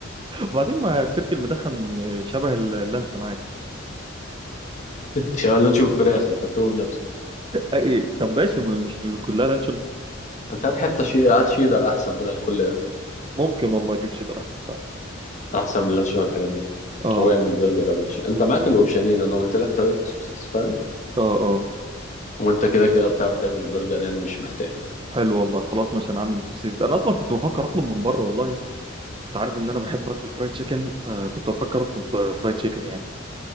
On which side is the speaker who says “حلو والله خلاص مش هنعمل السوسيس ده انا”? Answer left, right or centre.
Right